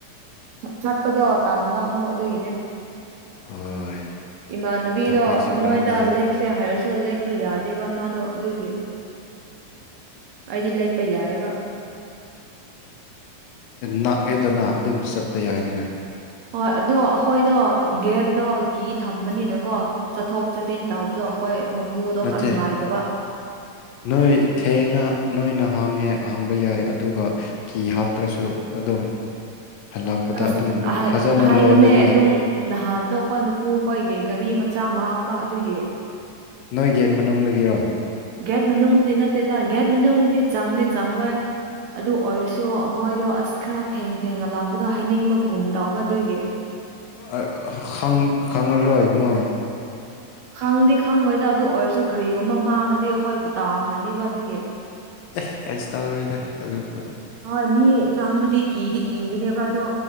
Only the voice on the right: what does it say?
ꯆꯠꯄꯗꯣ ꯇꯥꯟꯕ ꯑꯃꯨꯛ ꯑꯗꯨꯒꯤꯅꯦ
ꯏꯃꯥꯟꯕꯤꯗ
ꯃꯣꯏꯣꯏꯗ
ꯂꯦꯛ ꯁꯦ ꯍꯥꯏꯔꯁꯨ ꯂꯦꯛꯄ ꯌꯥꯗꯦꯕ ꯃꯥꯗꯣ ꯑꯗꯨꯒꯤ ꯑꯩꯗꯤ ꯂꯦꯛꯄ ꯌꯥꯏꯕ
ꯍꯣꯏ ꯑꯗꯣ ꯑꯩꯈꯣꯏꯗꯣ ꯒꯦꯠꯇꯣ ꯒꯤ ꯊꯝꯕꯅꯤꯅꯀꯣ ꯆꯠꯊꯣꯛ ꯆꯠꯁꯤꯟ ꯇꯧꯕꯗꯣ ꯑꯩꯈꯣꯏ ꯄꯨꯗꯣ
ꯈꯔ ꯅꯨꯡꯉꯥꯏꯇꯕ
ꯑꯁ
ꯍꯥꯏꯕꯅꯦ
ꯑꯗꯨꯝ ꯅꯍꯥꯟꯗꯣ ꯑꯩꯈꯣꯏ ꯃꯄꯨ ꯑꯩꯈꯣꯏꯒꯤ ꯒꯔꯤ ꯃꯆꯥ ꯃꯥꯡꯕ ꯑꯗꯨꯒꯤ
ꯒꯦꯠ ꯃꯅꯨꯡꯗꯗꯤ ꯅꯠꯇꯦꯗ ꯒꯦꯠ ꯃꯅꯨꯡꯗꯤ ꯆꯪꯗꯤ ꯆꯪꯂꯣꯏ ꯑꯗꯨ ꯑꯣꯏꯔꯁꯨ ꯃꯣꯏꯗꯣ ꯑꯁ ꯈꯔ ꯊꯦꯡ ꯊꯦꯡꯉꯥ ꯂꯥꯛꯄꯗꯣ ꯍꯥꯏꯅꯤꯡꯕꯒꯨꯝ ꯇꯧꯕ ꯑꯗꯨꯒꯤ
ꯈꯪꯗꯤ ꯈꯪꯉꯣꯏꯗ ꯑꯗꯨ ꯑꯣꯏꯔꯁꯨ ꯀꯔꯤꯒꯨꯝꯕ ꯃꯥꯡꯉꯗꯤ ꯑꯩꯈꯣꯏꯕꯨ ꯇꯥꯈ꯭ꯔꯅꯤꯕ ꯑꯗꯨꯒꯤ
ꯍꯣꯏ ꯃꯤ ꯆꯪꯕꯗꯤ ꯀꯤꯗꯤ ꯀꯤꯒꯅꯦꯕ ꯑꯗꯣ